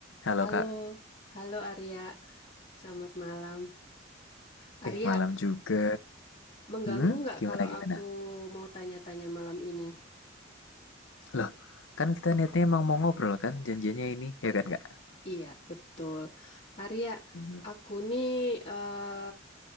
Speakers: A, on the left; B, on the left.
A: Halo
B: Halo,
A: Kak,
B: halo Arya. Selamat malam. Arya,
A: eh malam juga.
B: mengganggu
A: Hmm,
B: nggak
A: gimana
B: kalau
A: gimana?
B: aku mau tanya-tanya malam ini?
A: Loh, kan kita niatnya emang mau ngobrol kan janjiannya ini, ya kan Kak?
B: Iya, betul. Arya,
A: Hmm,
B: aku nih eh,